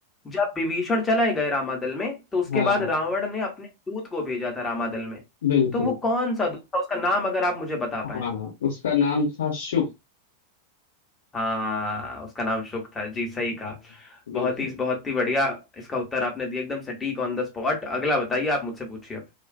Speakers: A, on the left; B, on the left.
A: जब विभीषण चले गए रामादल में तो उसके
B: हाँ
A: बाद रावण ने अपने दूत को भेजा था रामादल में
B: बिल्कुल
A: तो वो कौन सा दूत था उसका नाम अगर आप मुझे बता पाए
B: हाँ उसका नाम था शुक
A: हाँ उसका नाम शुक था जी सही कहा
B: हाँ बिल्कुल
A: बहुत ही बहुत ही बढ़िया इसका उत्तर आपने दिया एकदम सटीक ऑन द स्पॉट अगला बताइए आप मुझसे पूछिए अब